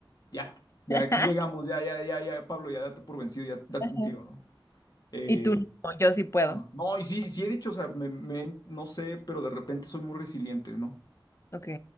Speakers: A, on the left; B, on the left.
A: ya, ya
B: <laughs>
A: aquí llegamos, ya, ya, ya, ya, Pablo, ya date por vencido, ya date
B: Ajá.
A: un tiro, ¿no? Eh,
B: Y tú no, yo sí puedo.
A: Ah, no, y sí, sí he dicho, o sea, me, me- no sé, pero de repente soy muy resiliente, ¿no?
B: Ok.